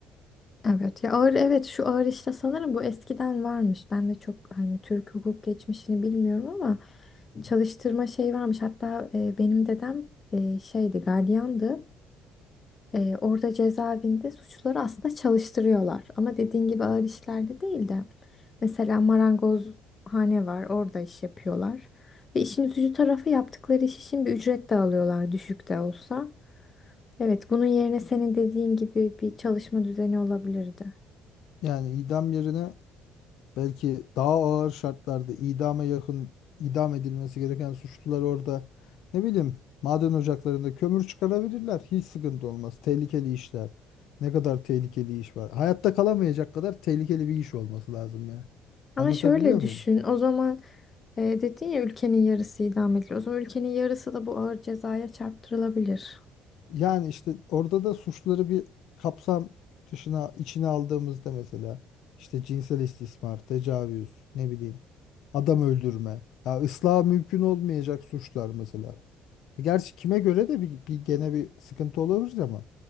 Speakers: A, on the left; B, on the left.
A: evet ya ağır evet şu ağır işte sanırım bu eskiden varmış. Ben de çok hani Türk hukuk geçmişini bilmiyorum ama çalıştırma şey varmış. Hatta e, benim dedem e, şeydi gardiyandı. Ee, orada cezaevinde suçluları aslında çalıştırıyorlar. Ama dediğin gibi ağır işlerde değil de. Mesela marangozhane var. Orada iş yapıyorlar. Ve işin üzücü tarafı yaptıkları iş için bir ücret de alıyorlar düşük de olsa. Evet, bunun yerine senin dediğin gibi bir çalışma düzeni olabilirdi.
B: Yani idam yerine Belki daha ağır şartlarda idama yakın idam edilmesi gereken suçlular orada ne bileyim maden ocaklarında kömür çıkarabilirler. Hiç sıkıntı olmaz. Tehlikeli işler. Ne kadar tehlikeli iş var. Hayatta kalamayacak kadar tehlikeli bir iş olması lazım ya.
A: Ama
B: Anlatabiliyor
A: şöyle düşün,
B: muyum?
A: o zaman e, dedin ya ülkenin yarısı idam ediliyor. O zaman ülkenin yarısı da bu ağır cezaya çarptırılabilir.
B: Yani işte orada da suçları bir kapsam dışına içine aldığımızda mesela işte cinsel istismar, tecavüz, ne bileyim adam öldürme, ya ıslah mümkün olmayacak suçlar mesela. E, Gerçi kime göre de bir, bir gene bir sıkıntı olabilir ama.